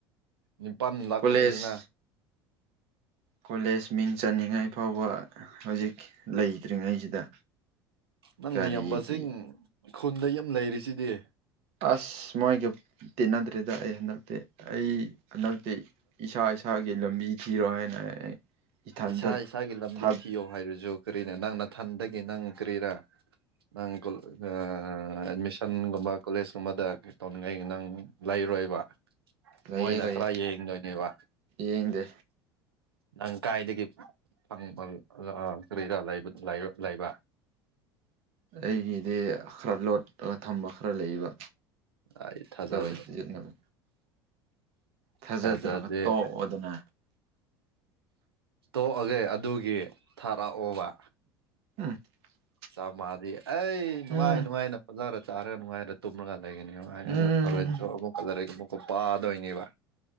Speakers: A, on the right; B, on the right.
A: ꯅꯤꯄꯥꯟ ꯂꯥꯛꯀꯅꯤꯗꯅ꯫
B: ꯀꯣꯂꯦꯖ ꯀꯣꯂꯦꯖ ꯃꯤꯡ ꯆꯅꯤꯡꯉꯩ ꯐꯥꯎꯕ ꯍꯧꯖꯤꯛ ꯂꯩꯇ꯭ꯔꯤꯉꯩꯁꯤꯗ
A: ꯅꯪꯅ
B: ꯀꯔꯤꯒꯤ
A: ꯌꯥꯝꯕꯁꯤꯡ ꯈꯨꯟꯗ ꯌꯥꯝ ꯂꯩꯔꯤꯁꯤꯗꯤ꯫
B: ꯑꯁ ꯃꯣꯏꯒ ꯇꯤꯟꯅꯗ꯭ꯔꯦꯗ ꯑꯩ ꯍꯟꯗꯛꯇꯤ ꯑꯩ ꯍꯟꯗꯛꯇꯤ ꯏꯁꯥ ꯏꯁꯥꯒꯤ ꯂꯝꯕꯤ ꯊꯤꯔꯣ ꯍꯥꯏꯅ ꯑꯩ ꯏꯊꯟꯇ
A: ꯏꯁꯥ ꯏꯁꯥꯒꯤ ꯂꯝꯕꯤ
B: ꯊꯥ
A: ꯊꯤꯌꯣ ꯍꯥꯏꯔꯁꯨ ꯀꯔꯤꯅꯦ ꯅꯪ ꯅꯊꯟꯇꯒꯤ ꯅꯪ ꯀꯔꯤꯔꯥ ꯅꯪ ꯀꯨ ꯑ꯫ ꯑ ꯑꯦꯗꯃꯤꯁꯟꯒꯨꯝꯕ ꯀꯣꯂꯦꯖꯀꯨꯝꯕꯗ ꯇꯧꯅꯤꯡꯉꯥꯏ ꯅꯪ ꯂꯩꯔꯣꯏꯕ꯫
B: ꯂꯩꯌꯦ
A: ꯃꯣꯏꯅ
B: ꯂꯩꯌꯦ
A: ꯈꯔ ꯌꯦꯡꯗꯣꯏꯅꯦꯕ꯫
B: ꯌꯦꯡꯗꯦ
A: ꯅꯪ ꯀꯥꯏꯗꯒꯤ ꯐꯪ ꯐꯪ ꯑ ꯀꯔꯤꯔꯥ ꯂꯩꯕ ꯂꯩ ꯂꯩꯕ꯫
B: ꯑꯩꯒꯤꯗꯤ ꯑꯈ꯭ꯔꯂꯣꯠ ꯑꯒ ꯊꯝꯕ ꯈꯔ ꯂꯩꯕ
A: ꯑꯩ ꯊꯥꯖꯗꯦ
B: ꯑꯗꯨꯃꯥꯏꯅ ꯁꯤꯖꯤꯟꯅꯕ꯫ ꯊꯥꯖꯗ꯭ꯔꯒ
A: ꯊꯥꯖꯗꯦ
B: ꯇꯣꯛꯑꯣꯗꯅ꯫
A: ꯇꯣꯛꯑꯒꯦ ꯑꯗꯨꯒꯤ ꯊꯥꯔꯛꯑꯣꯕ꯫
B: <inaudible>
A: ꯆꯞ ꯃꯥꯗꯤ ꯑꯩ ꯅꯨꯡꯉꯥꯏ
B: ꯎꯝ
A: ꯅꯨꯡꯉꯥꯏꯅ ꯐꯖꯔꯒ ꯆꯥꯔꯒ ꯅꯨꯡꯉꯥꯏꯔ ꯇꯨꯝꯔꯀꯥꯟꯗ꯫ ꯂꯩꯒꯅꯦꯕ ꯍꯥꯏ
B: ꯎꯝ
A: ꯍꯣꯔꯦꯟ ꯊ꯭ꯔ ꯑꯃꯨꯛꯀ ꯂꯔ ꯑꯃꯨꯛꯀ ꯄꯥꯗꯣꯏꯅꯦꯕ꯫